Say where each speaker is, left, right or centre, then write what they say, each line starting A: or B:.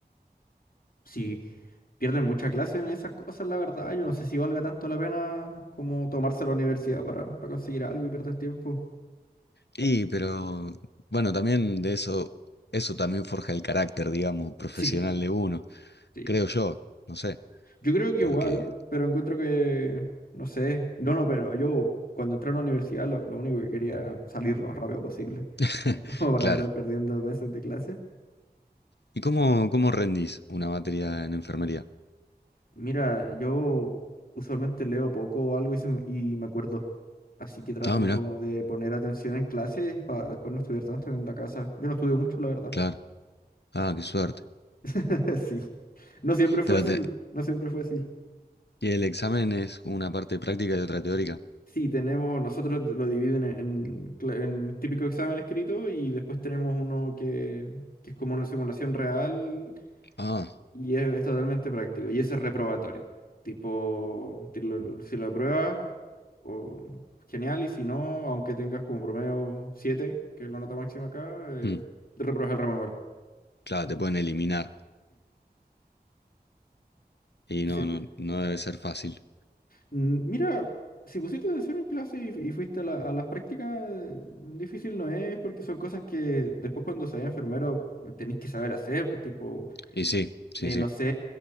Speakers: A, on the left (about 60°); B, on the left (about 90°).
A: Sí. Pierden mucha clase en esas cosas, la verdad. Yo no sé si valga tanto la pena como tomarse la universidad para, para conseguir algo y perder tiempo.
B: Y, pero bueno, también de eso, eso también forja el carácter, digamos, profesional
A: Sí.
B: de uno,
A: Sí.
B: creo yo, no sé,
A: Yo creo que igual,
B: porque,
A: pero encuentro que, no sé, no, no, pero yo cuando entré a la universidad lo, lo único que quería era salir lo más rápido posible,
B: <laughs>
A: como <laughs> como para
B: claro.
A: andar perdiendo meses de clase.
B: ¿Y cómo, cómo rendís una materia en enfermería?
A: Mira, yo usualmente leo poco o algo y, se me- y me acuerdo, así que trato
B: Ah, mirá,
A: como de poner atención en clases para después no estudiar tanto en la casa. Yo no estudio mucho, la verdad.
B: claro. Ah, qué suerte.
A: <laughs> Sí. No siempre fue
B: Pero
A: así,
B: te-
A: no siempre fue así.
B: y el examen es una parte práctica y otra teórica.
A: Sí, tenemos, nosotros lo dividen en, en cla- en típico examen escrito y después tenemos uno que, que es como una simulación real
B: Ah,
A: y es, es totalmente práctico y ese es reprobatorio. Tipo, ti lo- si lo apruebas, o- genial y si no, aunque tengas como promedio 7, que es la nota máxima acá, eh,
B: mm,
A: repruebas el ramo igual.
B: claro, te pueden eliminar. Y
A: Sí.
B: no, no, no debe ser fácil.
A: Mm, Mira, si pusiste atención en clase y, y fuiste a, la- a las prácticas, eh, difícil no es, porque son cosas que después cuando seas enfermero eh, tenés que saber hacer, pues, tipo,
B: Y sí, sí,
A: eh,
B: sí.
A: no sé,